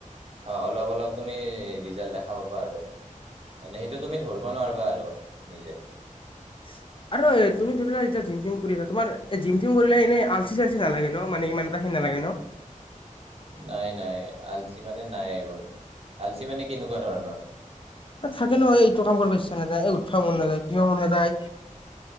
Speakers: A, on the right (about 45°); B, on the left (about 40°).
A: অ' অলপ অলপ তুমি ৰিজাল্ট দেখা পাবা আৰু, মানে সেইটো
B: উম,
A: তুমি ধৰ <unintelligible> আৰু নিজে।
B: <inaudible> আৰু এই তুমি ধৰি লোৱা এতিয়া জিম টিম কৰি আছা তোমাৰ এ, জিম টিম কৰিলে এনে আলচি চালচি নালাগে ন' মানে ইমান এটা সেই নালাগে ন'।
A: নাই নাই আলচি মানে নাই এইবোৰ, আলচি মানে কেনেকুৱা ধৰণৰ।
B: থাকে নহয় এইটো কাম কৰিব ইচ্ছা নাযায় এই উঠপা মন যায় কিয় মন নাযায়।